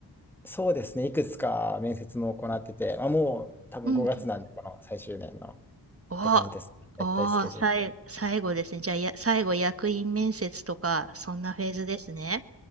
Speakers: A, in the centre; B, on the right (about 35°).
A: そうですね、いくつか面接も行ってて、まあ、もう多分5月なんで、
B: うんうん。
A: この最終年のっ
B: ああ、
A: て感じです。大体スケジュール。
B: さい、最後ですね。じゃあや、最後役員面接とか、そんなフェーズですね。